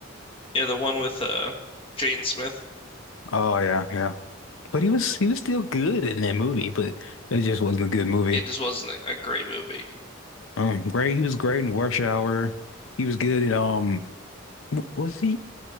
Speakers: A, on the left; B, on the left.
A: Yeah, the one with uh Jaden Smith.
B: Oh yeah, yeah. But he was he was still good in that movie, but it just wasn't a good movie.
A: It just wasn't a a great movie.
B: Um, great. He was great in Rush Hour. He was good in um. w- Was he